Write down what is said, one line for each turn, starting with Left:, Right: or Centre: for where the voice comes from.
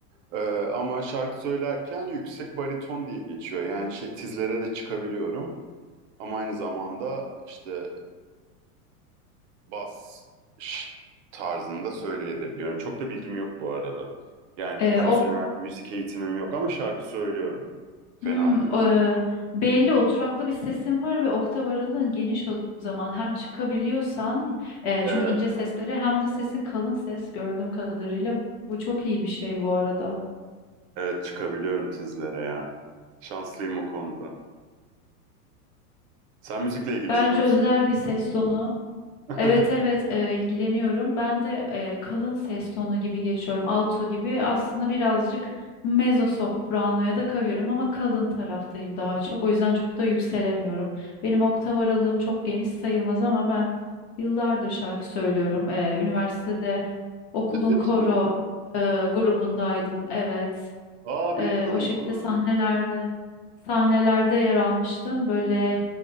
Right: Ee, ama şarkı söylerken yüksek bariton diye geçiyor. Yani şey tizlere de çıkabiliyorum. Ama aynı zamanda işte bas ş- tarzında söyleyebiliyorum. Çok da bilgim yok bu arada. Yani
Left: Ee,
Right: profesyonel
Left: o
Right: müzik eğitimim yok ama şarkı söylüyorum. Fena
Left: Hmm,
Right: değildirsin.
Left: e, belli oturaklı bir sesin var ve oktav aralığın geniş o zaman. Hem çıkabiliyorsan e,
Right: Evet,
Left: çünkü ince sesleri hem de sesin kalın ses gördüğüm kadarıyla bu çok iyi bir şey bu arada.
Right: evet çıkabiliyorum tizlere ya. Şanslıyım o konuda. Sen müzikle ilgileniyor
Left: Bence
Right: musun?
Left: özel bir ses tonu.
Right: <laughs>
Left: Evet evet e, ilgileniyorum. Ben de e, kalın ses tonu gibi geçiyorum. Alto gibi aslında birazcık mezzo sopranoya da kavuyorum ama kalın taraftayım daha çok. O yüzden çok da yükselemiyorum. Benim oktav aralığım çok geniş sayılmaz ama ben yıllardır şarkı söylüyorum. E, üniversitede okulun
Right: Ciddi
Left: koro
Right: misin?
Left: e, grubundaydım. Evet.
Right: Aa bilmiyordum
Left: Ee, o şekilde
Right: bunu.
Left: sahnelerde sahnelerde yer almıştım. Böyle